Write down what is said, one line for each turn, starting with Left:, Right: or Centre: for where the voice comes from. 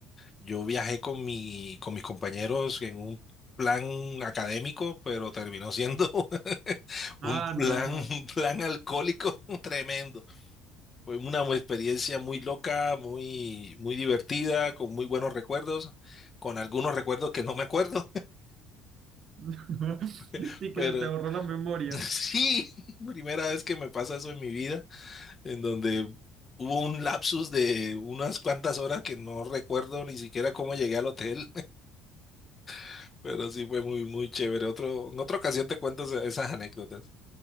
Left: Yo viajé con mi, con mis compañeros en un plan académico, pero terminó siendo <laughs>
Right: Ah,
Left: un plan,
Right: no. ajá.
Left: un plan alcohólico <laughs> tremendo. Fue una mu- experiencia muy loca, muy, muy divertida, con muy buenos recuerdos, con algunos recuerdos que no me acuerdo,
Right: <laughs>
Left: <laughs>
Right: Sí,
Left: pero
Right: que se te borró la memoria.
Left: <laughs> sí, <laughs> primera vez que me pasa eso en mi vida, en donde hubo un lapsus de unas cuantas horas que no recuerdo ni siquiera cómo llegué al hotel, <laughs> pero sí fue muy, muy chévere. Otro, en otra ocasión te cuento esa- esas anécdotas.